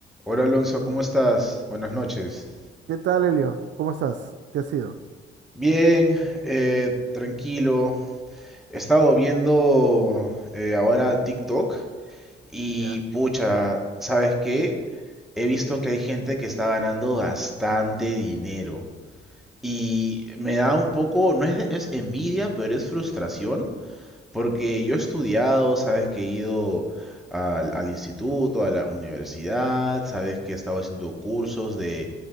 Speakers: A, in the centre; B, on the right.
A: Hola Alonso, ¿cómo estás? Buenas noches.
B: ¿Qué tal, Elio? ¿Cómo estás? ¿Qué ha sido?
A: Bien, eh, tranquilo. He estado viendo eh, ahora TikTok y
B: Ya,
A: pucha, ¿sabes qué? He visto que hay gente que está ganando bastante dinero y me da un poco, no es, es envidia, pero es frustración Porque yo he estudiado, sabes que he ido al, al instituto, a la universidad, sabes que he estado haciendo cursos de,